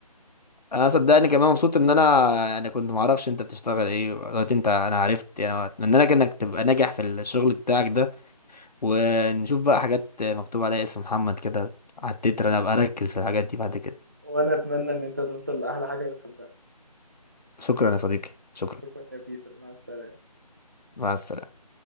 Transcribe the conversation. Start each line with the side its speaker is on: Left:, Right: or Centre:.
Left: انا صدقني كمان مبسوط ان انا يعني كنت ما اعرفش انت بتشتغل ايه دلوقتي انت انا عرفت يعني اتمنى لك انك تبقى ناجح في الشغل بتاعك ده ونشوف بقى حاجات مكتوب عليها اسم محمد كده على التتر انا ابقى اركز في الحاجات دي بعد كده
Right: وانا اتمنى ان انت توصل لاحلى حاجه بتحبها
Left: شكرا يا صديقي شكرا
Right: شكرا يا بيتر مع السلامه
Left: مع السلامة